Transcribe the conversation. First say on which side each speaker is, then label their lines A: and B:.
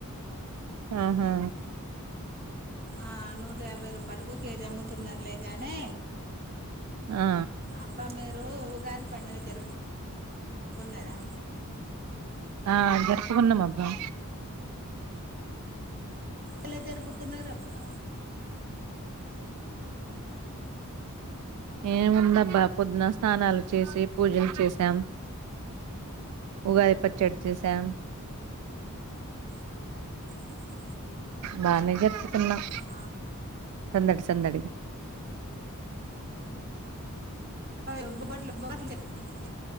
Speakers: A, on the right; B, on the right.
A: ఆహా
B: ఆ నూట యాభై రూపాయలకు కేజీ అమ్ముతున్నారులే గాని
A: ఆ
B: అబ్బా మీరు ఉగాది పండుగ జరుపుకు కున్నారా
A: ఆ జరుపుకున్నాం అబ్బా
B: ఎలా జరుపుకున్నారు అబ్బా
A: ఏముందబ్బా పొద్దున స్నానాలు చేసి పూజలు చేసాం ఉగాది పచ్చడి చేసామ్
B: ే <inaudible>
A: బానే జెర్పుకున్నామ్
B: ఆ
A: సందడి సందడిగా
B: ఒప్పుకోట్లే <unintelligible>